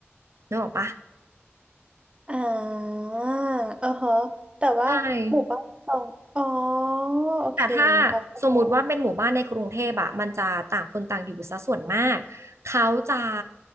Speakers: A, on the right (about 90°); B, on the right (about 25°).
A: นึกออกปะ
B: อ่าเออฮะแต่ว่าหมู่บ้านตองอ๋อ
A: ใช่
B: โอเคพอเข้าใจ
A: แต่ถ้าสมมุติว่าเป็นหมู่บ้านในกรุงเทพอะมันจะต่างคนต่างอยู่ซะส่วนมากเขาจะ